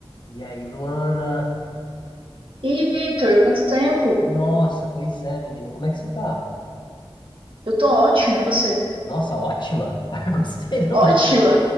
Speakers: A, on the left; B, on the right.
A: E aí, Luana?
B: E Victor, quanto tempo?
A: Nossa, pois é, menina. Como é que você tá?
B: Eu tô ótima, e você?
A: Nossa, ótima. <laughs> Gostei do...
B: Ótima!